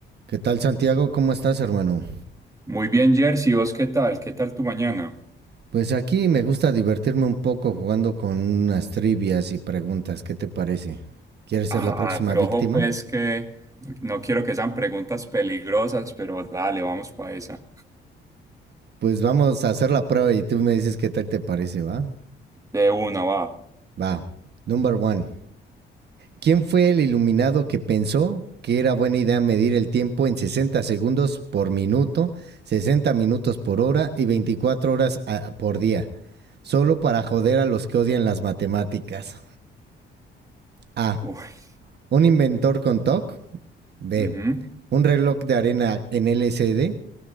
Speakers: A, on the right; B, on the right.
A: ¿Qué tal Santiago? ¿Cómo estás, hermano?
B: Muy bien, Jersey, ¿vos qué tal? ¿Qué tal tu mañana?
A: Pues aquí me gusta divertirme un poco jugando con unas trivias y preguntas. ¿Qué te parece? ¿Quieres
B: Ah,
A: ser la próxima
B: pero
A: víctima?
B: ojo pues que no no quiero que sean preguntas peligrosas, pero dale, vamos para esa.
A: Pues vamos a hacer la prueba y tú me dices qué tal te parece, ¿va?
B: De una, va.
A: Va. Number one. ¿Quién fue el iluminado que pensó que era buena idea medir el tiempo en 60 segundos por minuto, 60 minutos por hora y 24 horas ah, por día? Solo para joder a los que odian las matemáticas. A.
B: Uy,
A: Un inventor con TOC. B.
B: ujú.
A: Un reloj de arena en LCD. C. D,